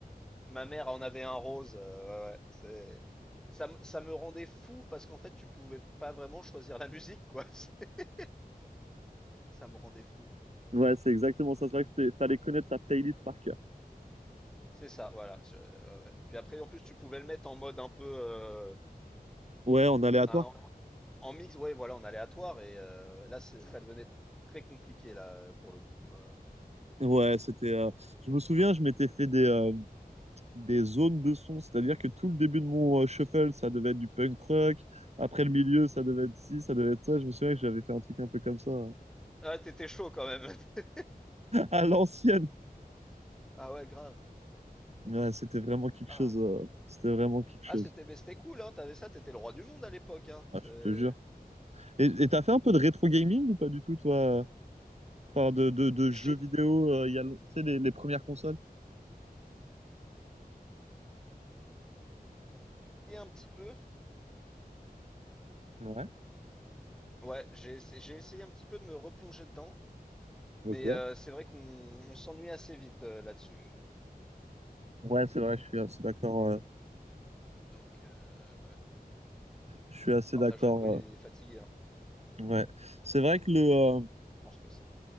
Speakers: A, in the centre; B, on the right.
A: Ma mère en avait un rose. euh, ouais, ouais, c'est... Ça, me- ça me rendait fou parce qu'en fait, tu pouvais pas vraiment choisir la musique, quoi. <laughs> Ça me rendait fou.
B: Ouais, c'est exactement ça. C'est vrai que c'était- fallait connaître sa playlist par cœur.
A: C'est ça, voilà. Je- ouais, ouais. Puis après, en plus, tu pouvais le mettre en mode un peu euh,
B: Ouais, en aléatoire.
A: un- en mix, ouais, voilà, en aléatoire. Et euh, là, c'est- ça devenait très compliqué là euh, pour le coup. euh.
B: Ouais, c'était. euh, Je me souviens, je m'étais fait des, euh, des zones de son, c'est-à-dire que tout le début de mon euh, shuffle, ça devait être du punk rock, après le milieu, ça devait être ci, ça devait être ça, je me souviens que j'avais fait un truc un peu comme ça, hein.
A: Ah, t'étais chaud quand même. <laughs>
B: <laughs> à l'ancienne.
A: Ah ouais, grave.
B: Ouais, c'était vraiment quelque
A: Ah,
B: chose,
A: là
B: euh,
A: là.
B: c'était vraiment quelque chose,
A: Ah, c'était, mais c'était cool, hein. T'avais ça, t'étais le roi du monde à l'époque, hein.
B: Ah, je
A: C'est-
B: te jure. Et et t'as fait un peu de rétro gaming ou pas du tout, toi? Enfin, de, de, de
A: J'ai
B: jeux vidéo, euh, il y a, tu sais, les, les premières consoles?
A: essayé un petit peu.
B: Ouais.
A: Ouais, j'ai essayé, j'ai essayé un petit peu de me replonger dedans, mais
B: Ok.
A: euh, c'est vrai qu'on on s'ennuie assez vite euh, là-dessus.
B: Ouais, c'est vrai, je suis assez d'accord. euh,
A: Donc, euh, ouais.
B: je suis assez
A: Partage
B: d'accord.
A: de co, il
B: euh,
A: est fatigué, hein.
B: ouais, c'est vrai que le, euh,
A: Je pense que c'est.